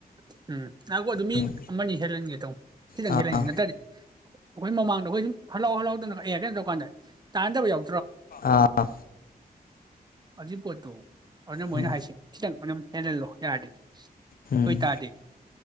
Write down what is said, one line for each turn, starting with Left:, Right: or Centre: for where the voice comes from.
Right: <inaudible> ꯎꯝ ꯉꯥꯏꯈꫭ ꯑꯗꯨ ꯃꯤ
Left: ꯎꯝ
Right: ꯑꯃꯅꯤ ꯍꯦꯜꯍꯟꯒꯦ ꯇꯧ ꯈꯤꯇꯪ
Left: ꯑꯥ
Right: ꯈꯤꯇꯪ ꯅꯠꯇꯔꯗꯤ ꯑꯩꯈꯣꯏ ꯃꯃꯥꯡꯗꯈꯣꯏ ꯁꯨꯝ ꯍꯜꯂꯥꯎ ꯍꯜꯂꯥꯎꯗꯅ ꯑꯦꯇꯔꯦꯟ ꯇꯧ ꯀꯥꯟꯗ ꯇꯥꯟꯅꯗꯕ ꯌꯥꯎ
Left: ꯑꯥ
Right: ꯑꯗꯨꯏ ꯄꯣꯠꯇꯣ ꯑꯗꯨꯅ ꯃꯣꯏꯅ
Left: ꯎꯝ
Right: ꯍꯥꯏꯁꯤ ꯈꯤꯇꯪ ꯑꯗꯨꯝ ꯍꯦꯜꯍꯜꯂꯣ ꯌꯥꯔꯗꯤ
Left: ꯎꯝ
Right: ꯑꯗꫭꯏ ꯇꯥꯗꯤ